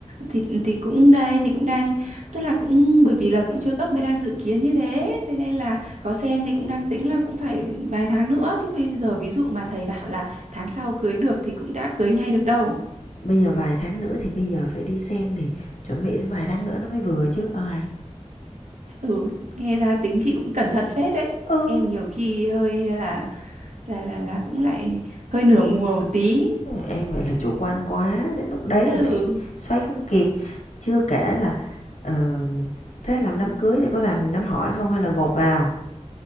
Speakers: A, on the right; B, on the left.
A: thì thì cũng đây thì cũng đang tức là cũng bởi vì là cũng chưa gấp mới đang dự kiến như thế thế nên là có xem thì cũng đang tính là cũng phải vài tháng nữa chứ bây giờ ví dụ mà thầy bảo là tháng sau cưới được thì cũng đã cưới ngay được đâu
B: Bây giờ vài tháng nữa thì bây giờ phải đi xem thì chuẩn bị đến vài tháng nữa nó mới vừa chứ. Ờ, hầy.
A: ừ nghe ra tính chị cũng cẩn thận phết đấy
B: Ừ,
A: em nhiều khi hơi là là là là cũng lại hơi nửa mùa một tí
B: em vậy là chủ quan quá, đến lúc đấy
A: ừ
B: lại xoay không kịp. Chưa kể là, ờ, thế làm đám cưới thì có làm đám hỏi không hay là gộp vào?